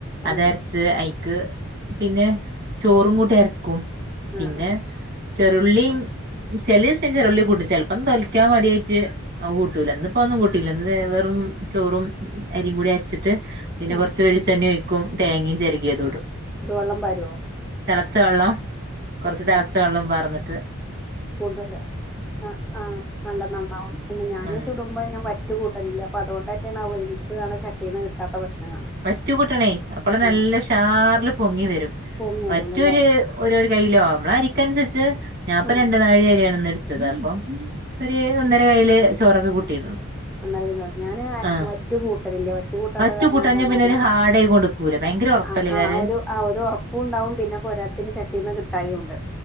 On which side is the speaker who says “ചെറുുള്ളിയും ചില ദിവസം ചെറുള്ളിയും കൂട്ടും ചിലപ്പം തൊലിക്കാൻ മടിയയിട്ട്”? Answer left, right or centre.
Right